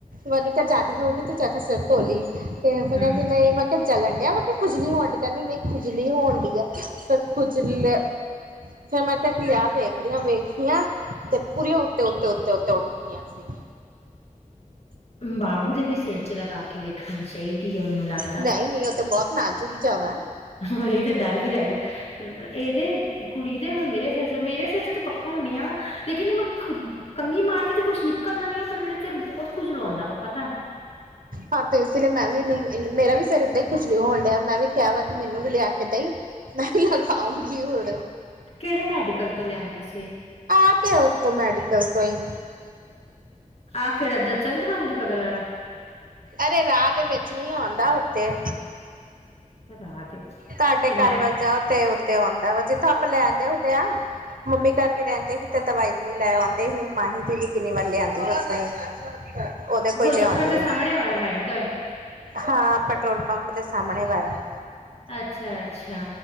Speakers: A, on the right; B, on the left.
A: ਮੈਨੂੰ ਕਿਹਾ ਜ਼ਿਆਦੀ ਹੋਊਗੀ ਤੂੰ ਜਾ ਸਿਰ ਧੋ ਲੀ। ਤੇ ਫਿਰ
B: ਹਮ
A: ਕਹਿੰਦੀ ਨਹੀਂ ਮੈਂ ਜਲਣ ਡਿਆ ਵ ਕਿ ਖੁਜਲੀ ਹੋਣ ਡ ਕਹਿੰਦੇ ਨਹੀਂ ਖੁਜਲੀ ਹੋਣ ਡਈ ਆ। ਫਿਰ ਖੁਜਲੇ ਫੇਰ ਮੈਂ ਕਿਆ ਕਿ ਆ ਵੇਖਦੀਆਂ ਵੇਖੀਆਂ ਤੇ ਪੂਰੀਆਂ ਉੱਤੇ, ਉੱਤੇ, ਉ ਤੇ ਉੱਤੇ ਉਠਦੀ ਆ ਸੀ ਮੈ।
B: ਬਾਬੂ ਦੇ ਵੀ ਸਿਰ 'ਚ ਲਗਾ ਕੇ ਵੇਖ ਖਾਨੀ ਚਾਈਦੀ ਆ ਮੇਂਨੂੰ ਲੱਗਦਾ।
A: ਨਹੀਂ ਨਹੀਂ ਉਹ ਤੇ ਬਹੁਤ ਨਾਜ਼ੁਕ ਜਾ ਵਾ।
B: ਹਾਂ ਏ ਤਾਂ ਡਰ ਵੀ ਲੱਗਦਾ। ਏਦੇ ਕੁ ਕੁੜੀ ਦੇ ਹੁਣ ਮੇਰੇ ਸਿਰ 'ਚ, ਮੇਰੇ ਸਿਰ 'ਚ ਤੇ ਪੱਕਾ ਹੋਣੀਆਂ ਲੇਕਿਨ ਮੈਂ ਖੁਬ ਕੰਘੀ ਮਾਰਦੀ ਤੇ ਕੁੱਛ ਨਿਕਲਦਾ ਨੀ ਆ, ਪਰ ਮੇਰਾ ਸਿਰ ਬੋਤ ਖੁਝਲੋਂਦਾ ਵਾ ਪਤੈ।
A: ਹਾਂ ਤੇ ਇਸ ਲਈ ਮੈਂ ਵੀ ਨਈ ਏ ਮੇਰਾ ਵੀ ਸਿਰ ਏਦਾਂ ਹੀ ਖੁਝਲਵਾਂ ਹੁੰਡੈ ਮੈਂ ਵੀ ਕਿਹਾ ਵਾ ਕਿ ਮੈਨੂੰ ਵੀ ਲਿਆ ਕੇ ਦਈ। ਨਈ ਮੈਂ ਖਾਂਊਂਗੀ ਹੁੜ
B: ਕੇੜੇ ਮੈਡੀਕਲ ਤੋਂ ਲਿਆਂਦੀ ਸੀ?
A: ਆ ਪਿਐ ਉੱਤੇ ਮੈਡੀਕਲਸ ਤੇ।
B: ਆ ਕੇੜਾ ਦ ਚੰਦ <unintelligible> ਦੇ ਬਗਲ ਵਾਲਾ?
A: ਅਰੇ ਰਾਅ ਦੇ ਵਿੱਚ ਨੀ ਆਉਂਦਾ ਉੱਤੇ।
B: ਰਾਜ
A: ਤਾਡੇ
B: ਤੇ
A: ਘਰ
B: ਮੈਂ
A: ਵੱਲ ਜਾਓ ਤੇ ਉੱਤੇ ਆਉਂਦਾ ਵਾ, ਜਿੱਥੋਂ ਆਪਾਂ ਲੈਦੇ ਹੁੰਦੇ ਆਂ। ਮੰਮੀ ਘਰ ਵੀ ਰੈਂਦੇ ਸੀ ਤੇ ਦਵਾਈ-ਦਵੁਈ ਲੈ ਆਉਂਦੇ ਹੀ, ਮਾਹੀ ਦੀ ਵੀ ਕਿੰਨੀ ਵਾਰੀ ਲੈ ਆਂਦੀ ਏ ਓਸ ਤੋੰ ਈ। ਓਦੇ ਕੋ
B: ਗੋਲ
A: ਈ ਲੈਅ
B: ਚੱਕਰ
A: ਆਂਦੇ
B: ਦੇ ਸਾਹਮਣੇ
A: ਆਂ।
B: ਵਾਲਾ ਮੈਡੀਕਲ
A: ਹਾਂ ਪੈਟਰੋਲ ਪੰਪ ਦੇ ਸਾਮਣੇ ਵਾਲਾ।
B: ਅੱਛਾ, ਅੱਛਾ।